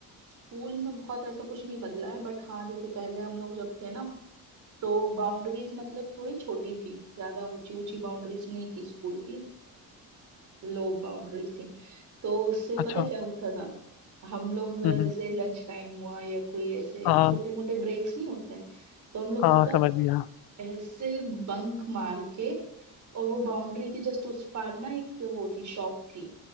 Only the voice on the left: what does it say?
अच्छा
हम्म
हम्म,
हाँ
हाँ
समझ गया